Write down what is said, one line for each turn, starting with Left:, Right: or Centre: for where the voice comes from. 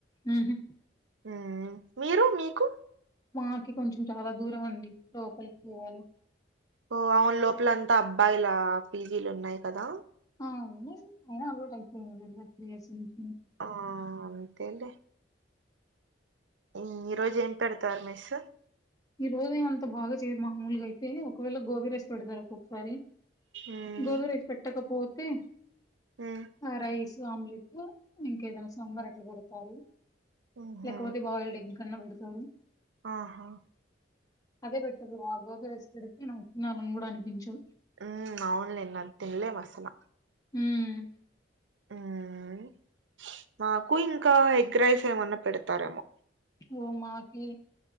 Left: మ్మ్ హు
Right: మ్మ్ మీరు మీకు
Left: మాకి కొంచెం చాలా దూరం అండి లోపలికి పోవల
Right: ఓ అవున్ లోపలంతా అబ్బాయిల పీ జీ లు ఉన్నాయి కదా
Left: ఆ ఉన్నాయి అయినా అలవాటైపోయినాయి వెళ్ళచు త్రీ ఇయర్స్ నుంచ్
Right: ఆ అంతేలే ఈ ఈరోజు ఏం పెడతారు మెస్
Left: ఈరోజ ఏమంతా బాగా చేయరు మామూలుగా అయితే ఒకవేళ గోబీ రైస్ పెడతారు ఒక్కొక్కసారి
Right: మ్మ్
Left: గోబీ రైస్ పెట్టకపోతే
Right: మ్మ్
Left: ఆ రైసు సు ఆమ్లెట్ ఇంకేదైనా సాంబార్ అట్లా పెడతారు
Right: ఊహూ
Left: లేకపోతే బాయిల్డ్ ఎగ్ న్న పెడతారు
Right: ఆహా
Left: అదే పెడతారు ఆ గోబీ రైస్ పెడితే నాకు తినాలనికూడా అనిపించదు
Right: మ్మ్ అవునులే అది తినలేము అసల
Left: మ్మ్
Right: మ్మ్ మాకు ఇంకా ఎగ్ రైస్ ఏమన్నా పెడతారేమో
Left: ఓ మాకి